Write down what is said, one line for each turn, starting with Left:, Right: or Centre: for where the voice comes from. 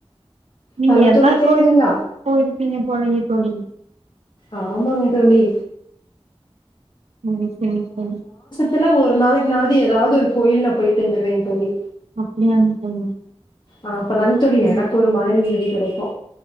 Right: நீங்க
Left: ஹலோ
Right: எல்லா
Left: தோழி கேக்குதுங்களா
Right: கோயிலுக்கும் போயிருப்பீங்க போலயே தோழி
Left: ஆமாங்க தோழி
Right: ம் செரி செரி
Left: துல ஒரு நாளைக்குனாவது ஏதாவது ஒரு கோயில் நா போயிட்டு வந்துருவேங் தோழி
Right: அப்படியாங்க தோழி
Left: ஆஹ் அப்பதாங்க தோழி
Right: ம்,
Left: எனக்கு ஒரு மன நிம்மதி கிடைக்கு